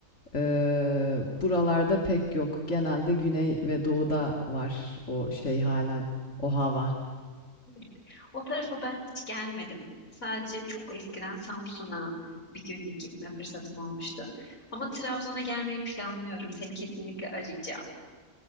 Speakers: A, on the left (about 60°); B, on the left (about 80°).
A: Ee, buralarda pek yok. Genelde güney ve doğuda var o şey halen, o hava.
B: Evet. O tarafa ben hiç gelmedim. Sadece çok eskiden Samsun'a bir günlük gitme fırsatım olmuştu. Ama Trabzon'a gelmeyi planlıyorum. Seni kesinlikle arayacağım.